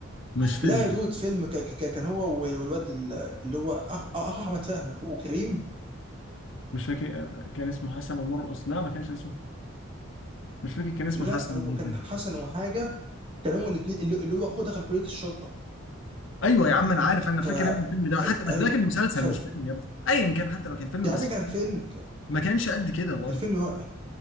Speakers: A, on the left; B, on the right.
A: مش فيلم
B: لا يا دود فيلم ك- ك- كان هو والواد ال- اللي هو أخ أخ احمد فهمي اخوه كريم
A: مش فاكر كان اسمه حسن ومرقص لا ما كانش اسمه مش فاكر كان اسمه
B: لا
A: حسن
B: هو
A: ايه
B: كان
A: كده
B: حسن وحاجه كان هما الاثنين اللي اللي هو اخوه دخل كليه الشرطه
A: ايوه يا عم انا عارف انا
B: ف
A: فاكر ان الفيلم ده حتى بس
B: ايوه
A: ده كان مسلسل
B: ف
A: مش فيلم يا ابني ايا كان حتى لو كان فيلم
B: يا
A: بس
B: عمي كان فيلم
A: ما كانش قد كده برضه
B: كان فيلم هو...